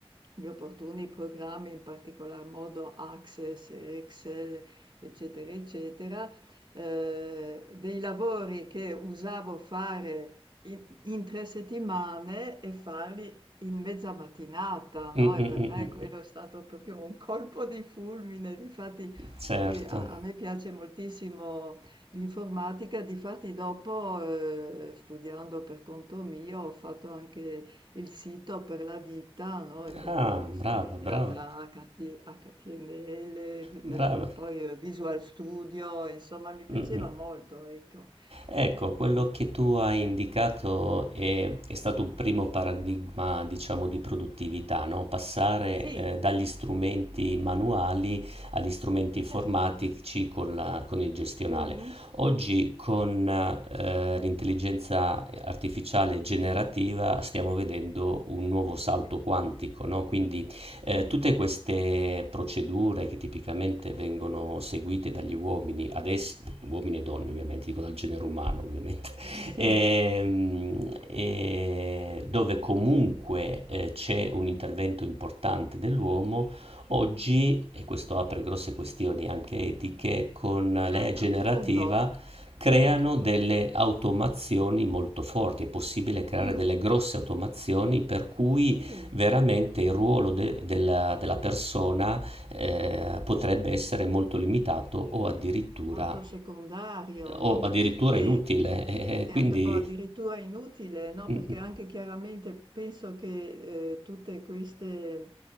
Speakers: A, on the right; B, on the right.
A: gli opportuni programmi, in particolar modo Access e Excel, eccetera, eccetera, eh, dei lavori che usavo fare in, in tre settimane e farli in mezza mattinata, no?
B: mm, mm,
A: E per me
B: mm.
A: quello è stato proprio un colpo di fulmine. Difatti,
B: certo.
A: eh, a, a me piace moltissimo L'informatica, difatti dopo, ehm, studiando per conto mio, ho fatto anche il sito per la ditta, no, e quindi
B: Ah,
A: mi
B: brava,
A: sono studiata
B: brava,
A: HT HTML, vi-
B: brava.
A: eh, poi eh, Visual Studio, insomma mi piaceva
B: Mh-mh.
A: molto, ecco.
B: Ecco, quello
A: Mm.
B: che tu hai indicato è è stato un primo paradigma, diciamo, di produttività, no, passare,
A: Sì,
B: ehm, dagli strumenti manuali agli strumenti informatici
A: certo.
B: con la con il gestionale.
A: Mhm.
B: Oggi con, ehm, l'intelligenza, ehm, artificiale generativa stiamo vedendo un nuovo salto quantico, no, quindi eh,
A: Sì,
B: tutte queste procedure che tipicamente vengono seguite dagli uomini, adesso, uomini e donne ovviamente, dico dal genere umano ovviamente, <laughs>
A: sì,
B: ehm, eh, dove comunque eh, c'è un intervento importante dell'uomo, oggi, e questo apre grosse questioni anche etiche, con l'AI
A: eh,
B: generativa
A: appunto,
B: creano
A: certo.
B: delle automazioni molto forti, è possibile creare
A: Mm,
B: delle grosse automazioni per cui
A: Sì.
B: Veramente il ruolo de della della persona, ehm, potrebbe essere molto limitato o addirittura
A: Molto secondario,
B: o
A: no,
B: addirittura
A: e
B: inutile, <laughs> eh, eh, quindi
A: e ad o addirittura inutile, no,
B: mh-mh.
A: perché anche chiaramente penso che, ehm, tutte queste,